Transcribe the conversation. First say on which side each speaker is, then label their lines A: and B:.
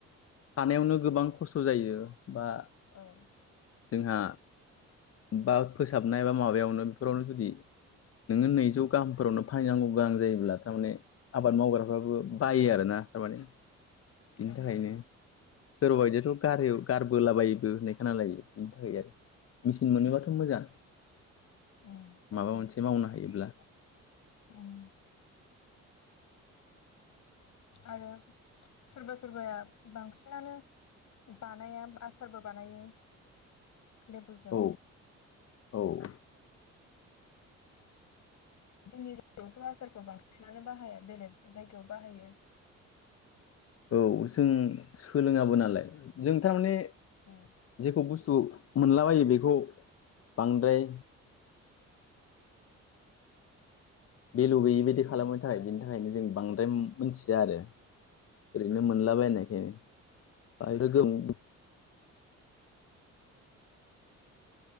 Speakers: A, on the left (about 50°); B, on the left (about 65°).
A: खानायावनो गोबां खस्थ' जायो बा
B: औ
A: जोंहा बा फोसाबनाय बा माबायावनो बेफोरावनो जुदि नोङो नैजौ गाहामफोरावनो फानैनांगौ गोनां जायोब्ला थारमाने आबाद मावग्राफ्राबो बायो आरोना थारमाने बिनि
B: उम
A: थाखायनो सोरबा बायदियाथ' गारहै गारबोला बायोबो होननाय खोनालायो। बिनि थाखाय आरो मोनोबाथ' मोजां
B: उम
A: माबा मोनसे मावनो हायोब्ला
B: उम आरो सोरबा सोरबाया बांसिनानो बानाया आसारबो बानायो लेबुजों
A: औ औ
B: जोंनि जायगायावथ' आसारखौ बांसिनानो बाहाया बेलेग जायगायाव बाहायो
A: औ जों सोलोङाबो नालाय जों थारमाने
B: उम
A: जेखौ बुस थु मोनलाबायो बेखौ बांद्राय भेलु गैयै बायदि खालामनो
B: उम
A: थाखाय बेनि थाखायनो जों बांद्राय मोनथिया आरो ओरै नो मोनलाबायनायखायनो <unintelligible>